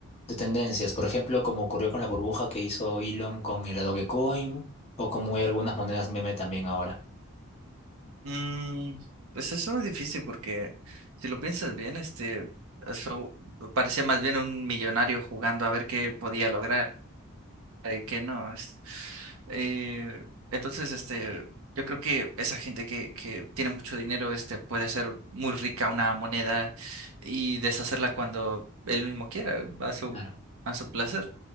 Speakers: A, on the left; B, on the right.
A: de tendencias? Por ejemplo, como ocurrió con la burbuja que hizo Elon con el Dogecoin, o como hay algunas monedas meme también ahora.
B: Mm, pues eso es difícil porque si lo piensas bien, este, eso parecía más bien un millonario jugando a ver qué podía lograr y qué no. es- eh, entonces, este, yo creo que esa gente que, que tiene mucho dinero, este, puede hacer muy rica una moneda y deshacerla cuando él mismo quiera, a su,
A: Claro.
B: a su placer.